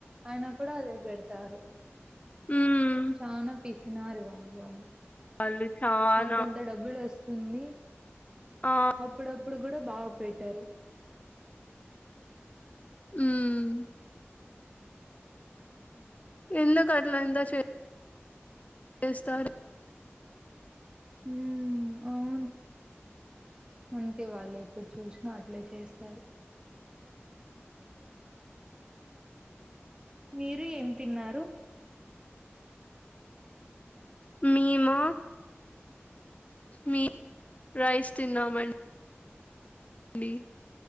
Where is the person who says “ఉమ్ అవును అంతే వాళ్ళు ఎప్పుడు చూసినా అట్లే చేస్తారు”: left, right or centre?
Right